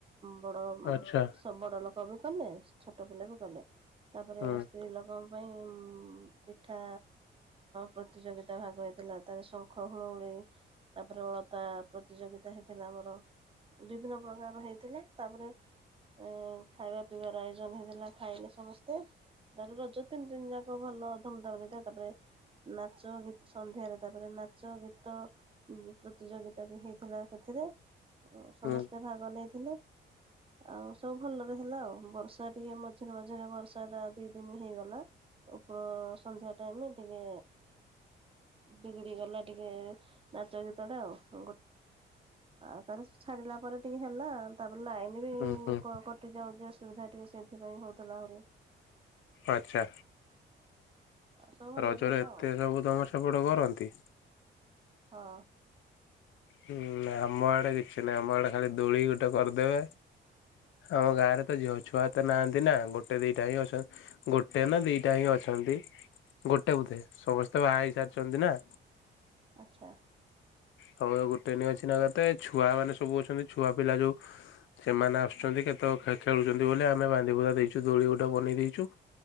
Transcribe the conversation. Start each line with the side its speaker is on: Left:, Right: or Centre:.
Right: ବଡ
Left: ଆଚ୍ଛା
Right: ସ ବଡ ଲୋକ କ ବି କଲେ ଛୋଟ ପିଲା ବି କଲେ। ତାପରେ
Left: ହୁଁ
Right: ସ୍ତ୍ରୀ ଲୋକ ପାଇଁ ପିଠା ପ୍ରତିଯୋଗିତା ଭାଗ ହେ ଥିଲା ତାର ଶଙ୍ଖ ହୁଳୁହୁଳି ତାପରେ ଅଳତା ପ୍ରତିଯୋଗିତା ହେଇଥିଲା ଆମର ବିଭିନ୍ନ ପ୍ରକାର ହେଇଥିଲା ତାପରେ ଏ ଖାଇବା ପିଇବାର ଆୟୋଜନ ହେଇଥିଲା ଖାଇଲେ ସମସ୍ତେ ତାାର ରଜ ତିନି ତିନି ଯାକ ଭଲ ଧୁମଧାମ ହେଇଥିଲା ତାପରେ ନାଚ ଗୀତ ସନ୍ଧ୍ୟାରେ ତାପରେ ନାଚ ଚ ଗୀତ ପ୍ରତିଯୋଗିତା ବି ହେଇଥିଲା ସେଥିରେ। ଓ ସମସ୍ତେ
Left: ହୁଁ
Right: ଭାଗ ନେଇଥିଲେ। ଆଉ ସବୁ ଭଲରେ ହେଲା ଆଉ ବର୍ଷା ଟିକେ ମଝିରେ ମଝିରେ ବର୍ଷା ଟା ଦି ଦିନ ହେଇଗଲା ଉପର ସନ୍ଧ୍ୟା ଟାଇମ ଟିକେ ବିଗିଡି ଗଲା ଟିକେ ନାଚ ଗୀତ ଟା ଆଉ ଗଟେ ଆଉ ତାର ଛାଡିଲା ପରେ ଟିକେ ହେଲା ତା ଲାଇନ୍ ବି
Left: ହୁଁ ହୁଁ
Right: କଟି ଯାଉଛି। ସୁବିଧା ଟିକେ ସେଇଥିପାଇଁ ହଉଥିଲା ଆହୁରି।
Left: ଆଚ୍ଛା।
Right: ଆଉ ସବୁ ଭଲରେ
Left: ରଜରେ
Right: ହେଲା
Left: ଏତେ
Right: ଆଉ
Left: ସବୁ ତମ ସେପଟ କରନ୍ତି।
Right: ହଁ।
Left: ହୁଁ ଆମ ଆଡେ କିଛି ନାହିଁ ଆମ ଆଡେ ଖାଲି ଦୋଳି ଗୋଟେ କରିଦେବେ ଆମ ଗାଁରେ ତ ଝିଅ ଛୁଆ ତ ନାହାନ୍ତି ନା ଗୋଟେ ଦିଟା ହିଁ ଅଛନ୍ତି ଗୋଟେ ନା ଦିଟା ହିଁ ଅଛନ୍ତି ଗୋଟେ ବୋଧେ ସମସ୍ତେ ବାହା ହେଇ ସାରିଛନ୍ତି ନା।
Right: ଆଚ୍ଛା।
Left: ହଉ ଆଉ ଗୋଟେ ନେଇ ଅଛି ନା କେତେ ଛୁଆ ମାନେ ସବୁ ଅଛନ୍ତି ଛୁଆ ପିଲା ଯୋଉ ସେମାନେ ଆସୁଛନ୍ତି କେତେ ଖେଳୁଛନ୍ତି ବୋଲି ଆମେ ବାନ୍ଧି ବୁଦ୍ଧା ଦେଇଛୁ ଦୋଳି ଗୋଟେ ବନେଇ ଦେଇଛୁ